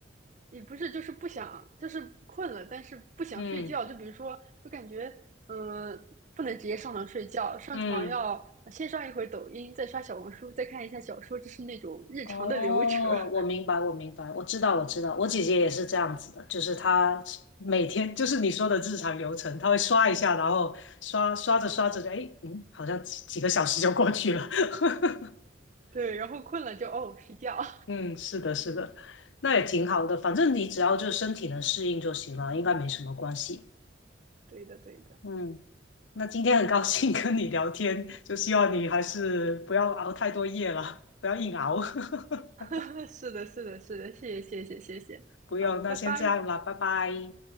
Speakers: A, on the right; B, on the left.
A: 也不是就是不想，就是困了，但是不想睡觉，
B: <laughs> 嗯
A: 就比如说就感觉嗯、呃不能直接上床睡觉，上床要先刷一会儿抖音，
B: 嗯。
A: 再刷小红书，再看一下小说，就是那种日常的流程。
B: 哦，
A: <laughs>
B: 我明白，我明白，我知道，我知道，我姐姐也是这样子的，就是她每天就是你说的日常流程，她会刷一下，然后刷刷着刷着就，哎，嗯，好像几几个小时就过去了。<laughs>
A: 对，然后困了就哦睡觉。
B: 嗯，是的，是的，那也挺好的，反正你只要就是身体能适应就行了，应该没什么关系。
A: 对的，对的，
B: 嗯，那今天很高兴 <laughs> 跟你聊天，就希望你还是不要熬太多夜了，不要硬熬。<laughs>
A: <laughs> 是的，是的，是的，谢谢，谢谢，谢谢，
B: 不用，
A: 好，
B: 那先这样了，
A: 拜拜。
B: 拜拜。